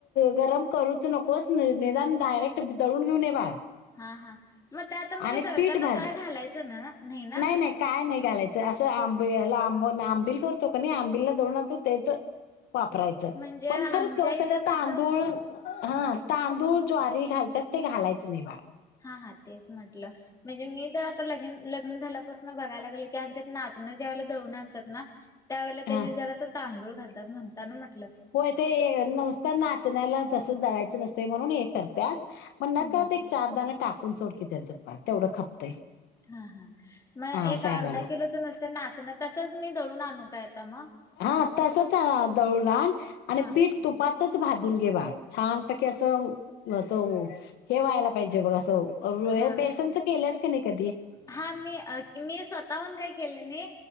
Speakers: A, on the left; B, on the left.
A: गरम करूच नकोस पण डायरेट दळून घेऊन ये बाळ
B: हा हा मग त्यात म्हणजे
A: आणि
B: दळताना
A: पीठ भाज
B: काय घालायचं ना नाही ना
A: नाही काय नाही घालायचं असं आंबला आंब आंबिल करतो का नाही आंबिला दळून आणतो ना तेच वापरायचं
B: म्हणजे
A: पण खर
B: आमच्या
A: चौक त्याच्यात
B: इथं कसं
A: तांदूळ हा तांदूळ ज्वारी घालतात ते घालायच नाही बाळ
B: हा हा तेच म्हटलं म्हणजे मी जर आता लगीन लग्न झाल्यापासून बघायला लागलं की आमच्यात नाचणं जेवला दळून आणतात ना त्यावेळेला तेनी
A: हा
B: जरासं तांदूळ घालतात म्हणताना म्ह
A: हो ते नुसत नाचण्याला तसच दळायचं नसते म्हणून हे करत मग
B: हम्म
A: नकळत
B: हम्म
A: एक चारदाण टाकून सोडकी त्याच्यात बाळ तेवढं खपतंय
B: हा हा मग
A: हा
B: एक
A: चार
B: अर्धा
A: दाणं
B: किलोचं नुसत नाचणं तसच मी दळून आणू काय आता मग
A: हा तसच आ दळून आण आणि
B: हा
A: पीठ तुपात च भाजून घे बाळ छानपैकी असं असं हे व्हायला पाहिजे बघ असं र
B: हा
A: बेसनचं केलंस की नाही कधी
B: हा मी मी स्वतःहून काय केले नाही